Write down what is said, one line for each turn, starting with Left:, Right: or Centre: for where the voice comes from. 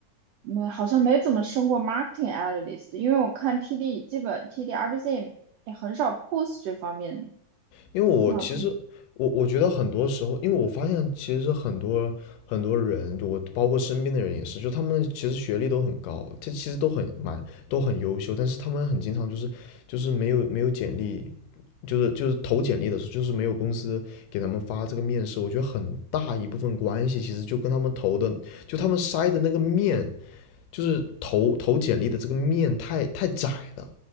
Right: 嗯，好像没怎么升过 marketing analyst，因为我看 TD 基本 TD RBC 也很少 post 这方面的。
Left: 因为我其实我我觉得很多时候，
Right: 那我可以，
Left: 因为我发现其实很多很多人，就我包括身边的人也是，就他们其实学历都很高，这其实都很蛮都很优秀，但是他们很经常就是就是没有没有简历，就是就是投简历的时候，就是没有公司给他们发这个面试，我觉得很大一部分关系其实就跟他们投的，就他们筛的那个面就是投投简历的这个面太太窄了，